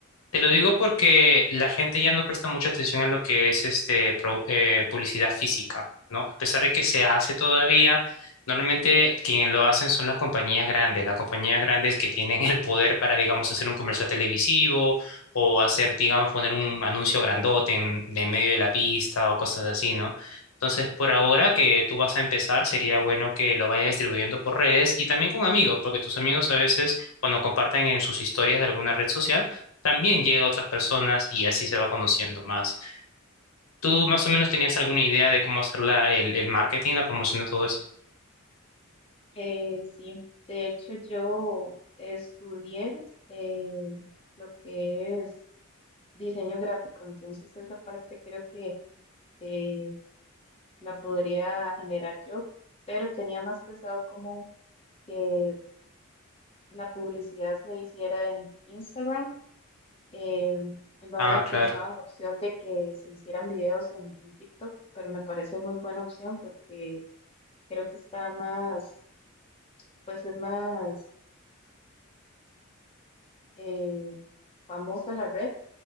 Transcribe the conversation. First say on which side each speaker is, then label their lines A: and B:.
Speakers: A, on the left (about 70°); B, on the left (about 25°).
A: Te lo digo porque la gente ya no presta mucha atención a lo que es este pro- eh, publicidad física, ¿no? A pesar de que se hace todavía,
B: Ajá.
A: normalmente quienes lo hacen son las compañías grandes, las compañías grandes que tienen el poder para, digamos, hacer un comercial televisivo o hacer, digamos, poner un anuncio grandote en, de medio de la pista o cosas así, ¿no? Entonces, por ahora que tú vas a empezar, sería bueno que lo vayas distribuyendo por redes y también con amigos, porque tus amigos a veces, cuando comparten en sus historias de alguna red social, también llega a otras personas y así se va conociendo más. ¿Tú más o menos tenías alguna idea de cómo hacer la, el, el marketing, la promoción de todo eso?
B: Eh, sí, de hecho yo estudié eh, lo que es diseño gráfico, entonces esa parte creo que eh, la podría generar yo, pero tenía más pensado como que la publicidad se hiciera en Instagram. eh, no
A: Ah,
B: había
A: claro.
B: pensado en la opción de que se hicieran videos en, en TikTok, pero me parece muy buena opción porque creo que está más pues es más eh, famosa la red